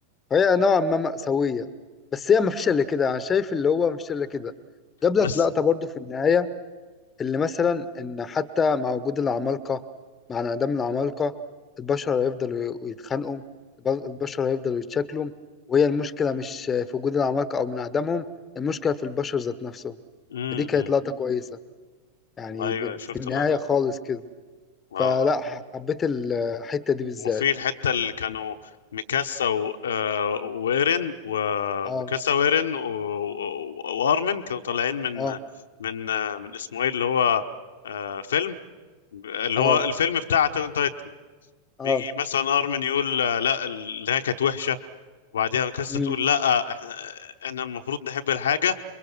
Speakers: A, on the left; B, on the left.
A: هي نوعا ما مأساوية بس هي مفيش إلا كده أنا شايف اللي هو مفيش إلا كده جاب لك
B: بس
A: لقطة برضه في النهاية اللي مثلا إن حتى مع وجود العمالقة مع انعدام العمالقة البشر هيفضلوا يتخانقوا الب- البشر هيفضلوا يتشكلوا وهي المشكلة مش في وجود العمالقة أو من عدمهم المشكلة في البشر ذات نفسهم
B: امم
A: فدي كانت لقطة كويسة يعني
B: ايوه
A: ب-
B: شفت
A: في النهاية
B: اللقطة
A: خالص
B: دي
A: كده
B: اه
A: فلا
B: اه
A: ح- حبيت الحتة دي بالذات
B: وفي الحتة اللي كانوا ميكاسا و... آه وإيرين وميكاسا
A: اه
B: وإيرين و... و... وأرمن كانوا طالعين من
A: اه
B: من آه، من اسمه ايه اللي هو آه فيلم اللي
A: اه
B: هو الفيلم بتاع أتاك
A: اه
B: بيجي مثلا ارمن يقول آه، لا اللي هي كانت وحشه وبعديها كاستا
A: مم.
B: تقول لا احنا احنا المفروض نحب الحاجه